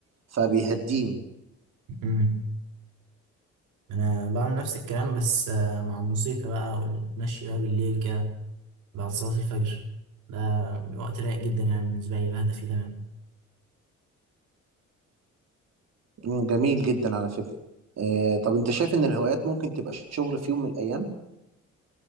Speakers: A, on the right; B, on the right.
A: فبيهديني
B: مم. انا بعمل نفس الكلام بس آه، مع الموسيقى بقى والمشي بقى بالليل كده بعد صلاة الفجر ده وقت رايق جدا يعني بالنسبة لي بهدى فيه تمام
A: مم، جميل جدا على فكرة آه، طب انت شايف ان الهوايات ممكن تبقى شغل في يوم من الايام